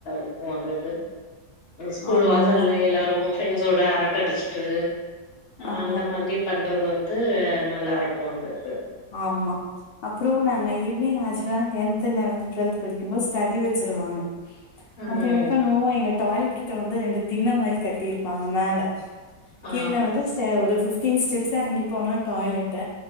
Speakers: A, on the left; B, on the left.
A: இருக்கும் அங்கது ஸ்கூல்
B: ஆமாங்க
A: வாசல்ல எல்லாரும் ஃப்ரெண்ட்ஸோட அரட்ட அடிச்சுட்டு
B: ஆஹா
A: அந்த மாதிரி பண்றது வந்து நல்லா இருக்கும் அந்தது
B: ஆமா அப்றோ நாங்க ஈவினிங் ஆச்சா டென்த் லெவன்த் டுவல்த் படிக்கும்போ ஸ்டடி வச்சுடுவாங்க
A: ம்
B: அப்ப என்ன பண்ணுவோ எங்க டாய்லெட் கிட்ட வந்து ரெண்டு தின்ன மாதிரி கட்டியிருப்பாங்க மேல
A: ஆ
B: கீழே வந்து ஒரு பிஃப்டீன் ஸ்டெப்ஸ் இறங்கி போனா டாய்லெட்